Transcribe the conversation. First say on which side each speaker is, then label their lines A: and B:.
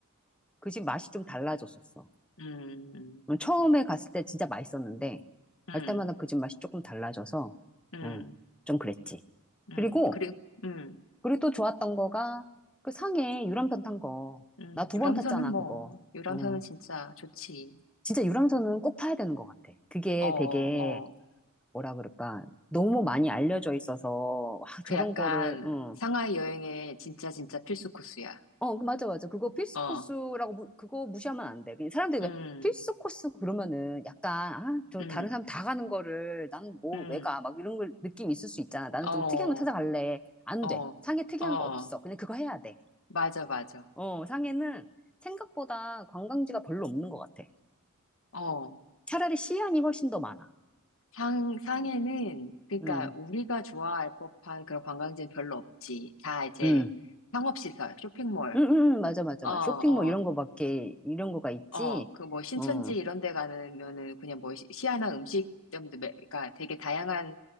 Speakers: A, in the centre; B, on the left (about 65°).
A: 그 집 맛이 좀 달라졌었어.
B: 음,
A: 음, 처음에 갔을 때 진짜 맛있었는데, 갈
B: 음,
A: 때마다 그 집 맛이 조금 달라져서,
B: 음,
A: 음, 좀 그랬지.
B: 음,
A: 그리고,
B: 그리고, 음,
A: 그리고 또 좋았던 거가 그 상해 유람선 탄 거.
B: 음,
A: 나 두
B: 유람선은
A: 번 탔잖아,
B: 뭐,
A: 그거.
B: 유람선은
A: 응.
B: 진짜 좋지.
A: 진짜 유람선은 꼭 타야 되는 것 같아. 그게
B: 어,
A: 되게,
B: 어.
A: 뭐라 그럴까. 너무 많이 알려져 있어서, 와,
B: 그
A: 저런
B: 약간
A: 거를, 응.
B: 상하이 여행의 진짜 진짜 필수 코스야.
A: 어, 그 맞아, 맞아. 그거 필수
B: 어,
A: 코스라고, 무- 그거 무시하면 안 돼. 그냥 사람들이
B: 음,
A: 왜 필수 코스 그러면은 약간, 아, 저
B: 음,
A: 다른 사람 다 가는 거를 나는 뭐,
B: 음,
A: 왜 가? 막 이런 걸 느낌 있을 수 있잖아. 나는
B: 어,
A: 좀 특이한 거 찾아갈래. 안
B: 어,
A: 돼. 상해 특이한
B: 어,
A: 거 없어. 그냥 그거 해야 돼.
B: 맞아, 맞아.
A: 어, 상해는 생각보다 관광지가 별로 없는 것 같아.
B: 어,
A: 차라리 시안이 훨씬 더 많아.
B: 상, 상해는, 그러니까
A: 음,
B: 우리가 좋아할 법한 그런 관광지는 별로 없지. 다 이제
A: 음.
B: 상업시설, 쇼핑몰,
A: 응, 응, 응, 맞아, 맞아,
B: 어,
A: 맞아.
B: 어,
A: 쇼핑 뭐 이런 거밖에, 이런 거가 있지?
B: 어, 그 뭐 신천지
A: 어,
B: 이런 데 가면은 그냥 뭐 시- 시아나 음식점도, 매, 그러니까 되게 다양한,